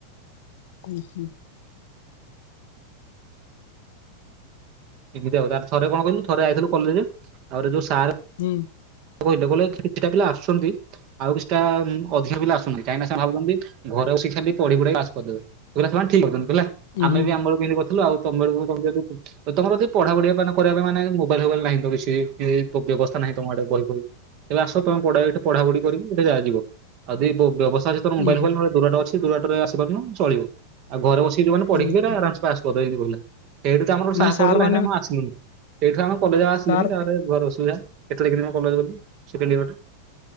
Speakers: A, on the left; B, on the right.
A: ଉଁ ହୁଁ।
B: ଏମିତି ଆଉ। ତା ପରେ ଥରେ କଣ କହିଲୁ ଥରେ ଆଇଥିଲୁ କଲେଜ ତା ପରେ ଯୋଉ ସାରେ
A: ହୁଁ।
B: କହିଲେ କହିଲେ କିଛିଟା ପିଲା ଆସୁଛନ୍ତି। ଆଉ କିଛିଟା ଅଧିକା ପିଲା ଆସୁ ନାହାନ୍ତି। କାହିଁକିନା ସେମାନେ ଭାବୁଛନ୍ତି ଘରେ ବସିକି ଖାଲି ପଢି ପୁଢାକି ପାସ୍ କରିଦେବେ। କହିଲେ ସେମାନେ ଠିକ୍ ଭାବୁଚନ୍ତି। ହେଲା,
A: ଉଁ
B: ଆମେ
A: ହୁଁ ହୁଁ
B: ବି ଆମବେଳକୁ ଏମିତି କରିଥିଲୁ ଆଉ ତମ ବେଳକୁ ତମେ ଯଦି କି ଯଦି ତମର ଯଦି ପଢା ପଢି ପ ମାନେ କରିବା ପାଇଁ ମାନେ ମୋବାଇଲ ଫୋବାଇଲ ନାହିଁ ତ କିଛି ଏଇ ବ୍ୟବସ୍ଥା ନାହିଁ ତମ ଆଡେ ବହି ତେବେ ଆସ ତମେ ପଢ ଏଠି ପଢା ପଢି କରିକି ଏଠେ ଯହା ଯିବ। ଆ ଯଦି ବ୍ୟବସ୍ଥା ମୋବାଇଲ
A: ଉଁ ହୁଁ
B: ଫୋବାଇଲ୍ ପୁରା ଦୁର ବାଟ ଅଛି ଦୁର ବାଟ ରେ ଆସିପରୁନ ଚଳିବ। ଆଉ ଘରେ ବସିକି ଯୋଉମାନେ ପଢ଼ିକି
A: ଉଁ
B: ବି ଏରା
A: ହୁଁ
B: ଆରମସେ ପାସ୍ କରିଦ ଏମିତ କହିଲା। ସେଇଠୁ ତ ଆମର ଗୋଟେ
A: ମାନେ
B: ସାହାସ
A: ସାର୍
B: ବଢ଼ିଗଲା
A: ମାନେ
B: ହେଇଠୁ ଆମେ ଆଉ ଆସିଲୁନି। ହେଇଠୁ ଆମେ କଲେଜ୍ ଆଉ ଆସିଲୁନି
A: ସାର୍
B: ତାପରେ ଘର ଅସୁବିଧା। କେତେଳେ କେମିତି କଣ କଲେଜ ଗଲି ସେକେଣ୍ଡ ଇୟରଟା।